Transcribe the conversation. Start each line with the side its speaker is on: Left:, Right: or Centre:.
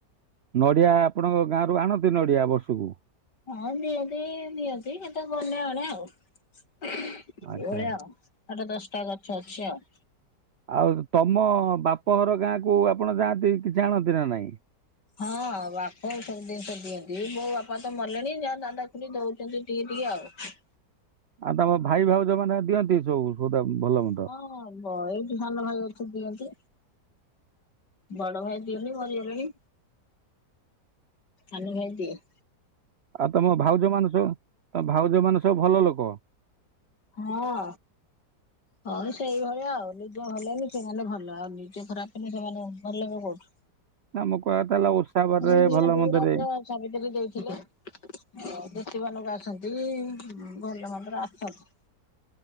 Right: ନଡିଆ ଆପଣଙ୍କ ଗାଁରୁ ଆଣନ୍ତି ନଡିଆ ବର୍ଷକୁ?
Left: ହଁ ଦିଅନ୍ତି ନିଅନ୍ତି କେତେ ଗନେ ଆଣେ ଆଉ। ଏଇ
Right: ଆଚ୍ଛା
Left: ଭଳିଆଉ ଆଠ ଦଶ୍ ଟା ଗଛ ଅଛି ଆଉ।
Right: ଆଉ ତମ ବାପ ଘର ଗାଁ କୁ ଆପଣ ଯାଆନ୍ତି କିଛି ଆଣନ୍ତି ନା ନାଇଁ?
Left: ହଁ ବାପ ସବୁ ଦିନିଷ ଦିଅନ୍ତି ମୋ ବାପା ତ ମଲେଣି ଯା ଦାଦା ଖୁ ଦଉଚନ୍ତି ଟିଏ ଟିକେ ଆଉ।
Right: ଆଉ ତମ ଭାଇ ଭାଉଜ ମାନେ ଦିଅନ୍ତି ସବୁ ସୋଦା ଭଲ ମନ୍ଦ।
Left: ହଁ ବହି ବି ସାନ ଭାଇ ଅଛି ଦିଅନ୍ତି। ବଡ ଭାଇ ତିନି। ମରିଗଲେଣି। ସାନ ଭାଇଦିଏ।
Right: ଆଉ ତମ ଭାଉଜ ମାନେ ସବୁ, ତମ ଭାଉଜ ମାନେ ସବୁ ଭଲ ଲୋକ?
Left: ହଁ। ହଁ ସେଇଭଳିଆ ଆଉ। ନିଜେ ଭଲ ହେଲେ ସେମାନେ ଭଲ ଆଉ ନିଜେ ଖରାପ୍ ହେଲେ ସେମାନେ ଭଲ ହେବେ କୋଉଠୁ?
Right: ନା ମୋ କହିବା କଥା ହେଲା ଓଷା ବାରରେ
Left: ହଁ ଦିଅନ୍ତି।
Right: ଭଲ ମନ୍ଦରେ
Left: ରଜ ସାବିତ୍ରୀ ରେ ଦେଇଥିଲେ। ହଁ <unintelligible> ଆସନ୍ତି। ଭଲ ମନ୍ଦରେ ଆସନ୍ତି।